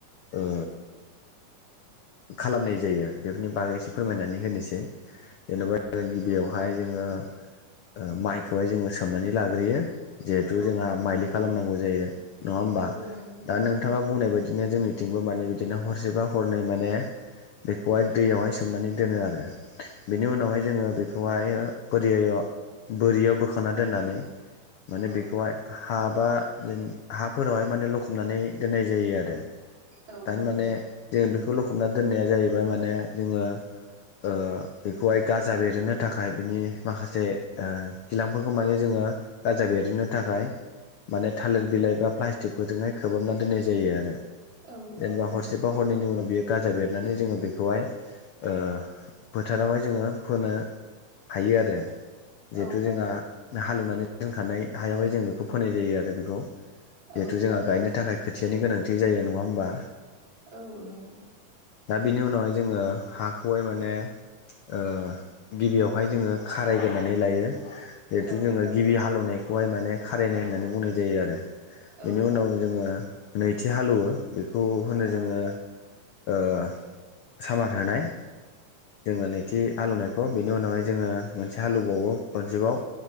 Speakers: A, on the left; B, on the right.
A: ओ खालामनाय जायो, बेफोरनि बागै एसे फोरमायनानै होनिसै। जेनेबा <inaudible> गिबियावहाय जोङो ओ माइखौहाय जोङो सोमनानै लाग्रोयो। जिहेथु
B: औ
A: जोंहा माइलि खालामनांगौ जायो नङा होमबा?
B: औ नंगौ
A: दा
B: नंगौ
A: नोंथाङा बुंनाय बादिनो जोंनि थिंबो माने बिदिनो हरसे बा हरनै माने बेखौहाय दैयावहाय सोमनानै दोनो आरो।
B: औ
A: बेनि उनावहाय जोङो बे खौहाय बोरियायाव बोरियाव बोखांना दोननानै माने
B: औ
A: बेखौहाय हा बा हाफोरावहाय माने लखबनानै दोननाय जायो आरो।
B: औ
A: थारमाने
B: नंगौ
A: जों बेखौ लखबना दोननाया जाहैबाय माने जोङो ओ बेखौहाय गाजा बेरहोनो थाखाय बिनि माखासे खिलांफोरखौ माने जोङो ओ गाजा बेरहोनो थाखाय माने थालिर
B: औ
A: बिलाइ बा प्लास्टिकफोरजोंहाय खोबहाबना दोननाय जायो आरो। जेनेबा
B: औ नंगौ
A: हरसे
B: नोंथां
A: बा हरनैनि उनाव बेयो बेरनानै जोङो बेखौहाय ओ फोथारावहाय जोङो फोनो हायो आरो,
B: औ
A: जिहेथु जोंहा हालेवनानै दोनखानाय हायावहाय जों बेखौ फोनाय जायो आरो बेखौ। जिहेथु
B: औ
A: जोंहा गायनो थाखाय खोथियानि गोनांथि जायो नङा होमबा?
B: औ नंगौ।
A: दा बेनि उनावहाय जोङो हाखौहाय माने ओ गिबियावहाय जोङो खारायग्रोनानै लायो। जिहेथु
B: औ
A: जोङो गिबि हालेवनायखौहाय माने खारायनाय होननानै बुंनाय जायो आरो बेनि
B: औ
A: उनाव
B: औ
A: जोङो नैथि हालेवो बेखौ होनो
B: औ
A: जोङो ओ सामार होनाय जोङो नैथि हालौवनायखौ बेनि उनावहाय जोङो मोनसे हालेवबावो खनसेबाव